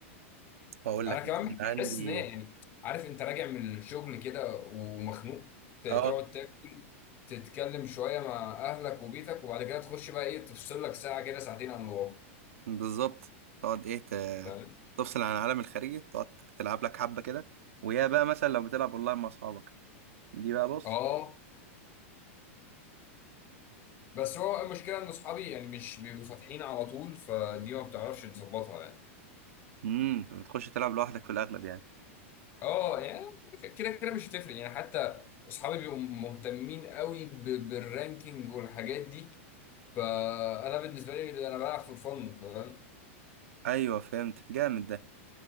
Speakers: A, on the right; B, on the left.
A: واقول
B: انا
A: لك مثلاً
B: كمان بحس
A: عندي
B: ان هي يعني عارف انت راجع من الشغل كده ومخنوق ت-
A: اه
B: تقعد تاكل تتكلم شويه مع اهلك وبيتك وبعد كده تخش بقى ايه تفصل لك ساعه كده ساعتين عن الواقع
A: بالظبط تقعد ايه ت...
B: فاهم
A: تفصل عن العالم الخارجي تقعد تلعب لك حبه كده ويا بقى مثلا لو بتلعب اونلاين مع اصحابك دي بقى بص
B: اه بس هو المشكله ان اصحابي يعني مش بيبقوا فاتحين على طول فدي ما بتعرفش تظبطها يعني
A: امم فبتخش تلعب لوحدك في الاغلب يعني
B: اه يعني كده كده مش هتفرق يعني حتى اصحابي بيبقوا مهتمين قوي ب- بالرانكينج والحاجات دي فانا بالنسبه لي انا بلعب فور فن فاهم
A: ايوه فهمت جامد ده